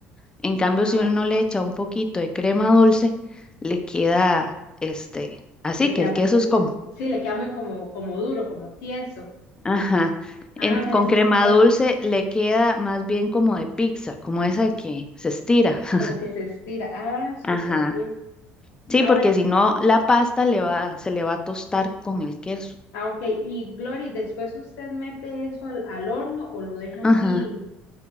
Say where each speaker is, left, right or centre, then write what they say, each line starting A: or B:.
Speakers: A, on the left; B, on the left.
A: En cambio,
B: Ah,
A: si uno le echa un poquito de crema dulce, le queda este, así
B: le
A: que
B: queda
A: el
B: muy,
A: queso
B: muy,
A: es como
B: sí, le queda muy como, como duro, como tieso.
A: Ajá.
B: Ah,
A: En-
B: a
A: con
B: veces
A: crema
B: es un buen
A: dulce
B: tip,
A: le queda más bien como de pizza, como esa de que se estira. <laughs>
B: como que se estira. Ah, súper
A: Ajá.
B: bien.
A: Sí,
B: Ah,
A: porque
B: bueno.
A: si no, la pasta le va, se le va a tostar con el queso.
B: Ah, ok. Y Glory, después usted mete eso al, al horno o lo deja así.
A: Ajá.